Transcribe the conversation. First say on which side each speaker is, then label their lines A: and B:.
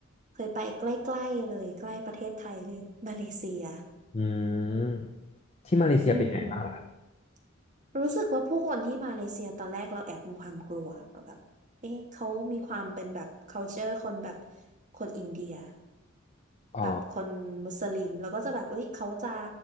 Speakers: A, on the right; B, on the left.
A: เคยไปใกล้ๆเลยใกล้ประเทศไทยเลยมาเลเซีย
B: อืมที่มาเลเซียเป็นไงบ้างล่ะครับ
A: อืมรู้สึกว่าผู้คนที่มาเลเซียตอนแรกเราแอบมีความกลัวแบบเอ๊ะเขามีความเป็นแบบ culture คนแบบคนอินเดีย
B: อ๋อ
A: แบบคนมุสลิมแล้วก็จะแบบเอ้ยเขาจะ